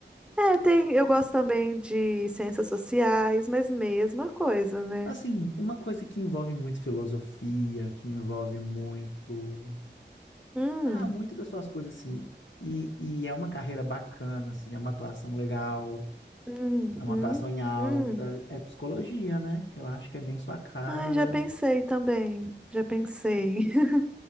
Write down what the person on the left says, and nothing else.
Assim, uma coisa que envolve muito filosofia, que envolve muito.
Ah, muito das suas coisas, assim. E, e é uma carreira bacana, assim, é uma atuação legal
É uma atuação em alta.
É psicologia, né? Eu acho que é bem sua cara.